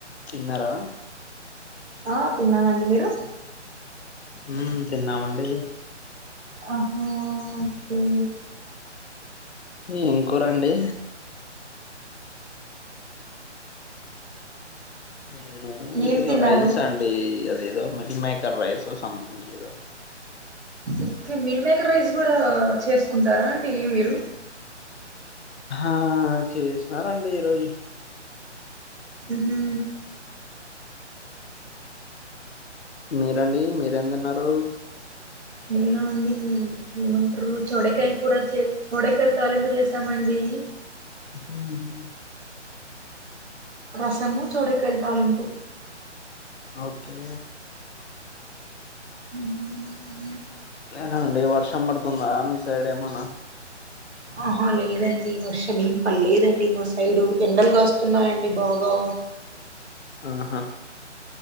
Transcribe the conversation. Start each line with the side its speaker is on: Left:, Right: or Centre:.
Left: తిన్నారా
Right: ఆ తిన్నామండి మీరు
Left: ఉ తిన్నామండి
Right: ఆహా ఓకే
Left: ఏం కూరండి నేను
Right: ఏం
Left: ఏదో
Right: తిన్నారు
Left: రైస్ అండి అదేదో మిల్క్ మేకర్ రైస్ సథింగ్ ఏదో
Right: ఓకే మిల్ మేకర్ రైస్ కూడా చేసుకుంటారా అండి మీరు
Left: ఆ చేసినారండి ఈరోజు
Right: ఉహు
Left: మీరండి మీరేం తిన్నారూ
Right: నేనా అండి మీరు ఏమంటరు చోడకాయల కూర చే చోడకాయ తాలింపు చేసామండీ
Left: ఉహు ఊహు
Right: రసము చోడకయల తాలింపు
Left: ఓకే
Right: ఊహు ఊ
Left: నేన అండి వర్షం పడుతుందా మీ సైడ్ ఏమన్న
Right: ఆహా లేదండి వర్షమేం పలేదండి మా సైడు ఎండలు గాస్తున్నాయండి బాగా
Left: ఆహా